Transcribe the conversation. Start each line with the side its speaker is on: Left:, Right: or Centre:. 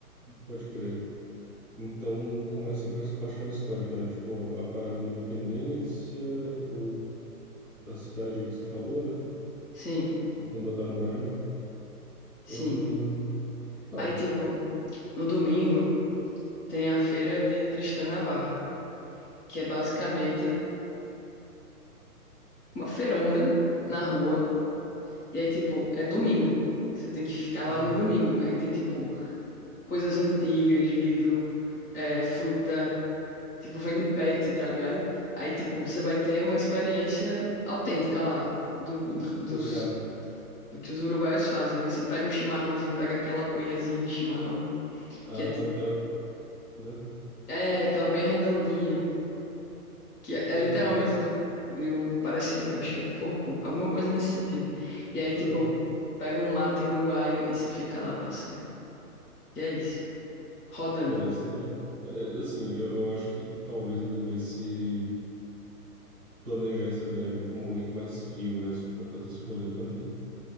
Centre: Pode crer. Então começa por essa parte mais histórica, né? Tipo, a parada da independência, o da cidade aí que você falou, né?
Left: Sim,
Centre: Voltando a da muralha.
Left: sim.
Centre: Ahn, tá.
Left: Aí, tipo, no domingo tem a feira de Tristão Navarra. que é basicamente uma feirona na rua. E aí, tipo, é domingo. Você tem que ficar
Centre: Uhum.
Left: lá no domingo. Aí tem, tipo, coisas antigas, livro, é, fruta. Tipo, vende pet, tá ligado? Aí, tipo, você vai ter uma experiência autêntica lá, do, do- dos,
Centre: Foi irado.
Left: do que os uruguaios fazem. Aí você pega um chimarrãozinho, pega aquela cuiazinha de chimarrão,
Centre: Ah,
Left: que é, ti-
Centre: aquela, né?
Left: é aquela bem redondinha. que é, é
Centre: Uhum.
Left: literalmente do, eu parece, eu acho que é de coco, alguma coisa nesse sentido. E aí,
Centre: Uhum.
Left: tipo, pega um mate uruguaio e você fica lá, parceiro. E é isso, rodando.
Centre: Pô, deve ser irado. É, assim, eu, eu acho que talvez eu devesse planejar essa viagem para um momento mais frio, né? Se for para fazer esse rolê também.